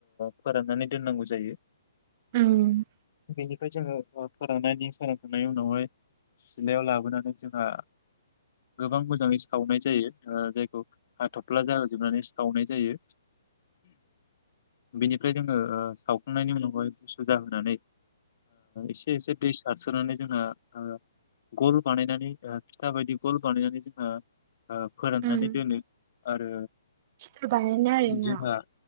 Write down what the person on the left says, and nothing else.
फोराननानै दोननांगौ जायो।
बेनिफ्राय जोङो फोराननायनि <unintelligible> न सिलायाव लाबोनानै जोंहा गोबां मोजाङै सावनाय जायो ओ जायखौ हाथफ्ला जाहोजोबनानै सावनाय जायो बेनिफ्राय जोङो सावखांनायनि उनावहाय सुजा होनानै एसे एसे दै सारसोनानै जों <inaudible> ओ गल बानायनानै ओ फिथा बायदि गल बानायनानै जोंहा ओ फोराननानै
दोनो आरो
जोंहा